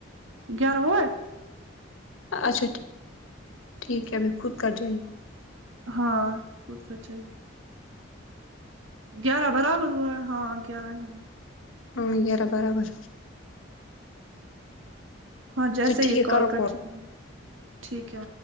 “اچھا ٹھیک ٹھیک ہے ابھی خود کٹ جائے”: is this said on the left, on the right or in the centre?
Left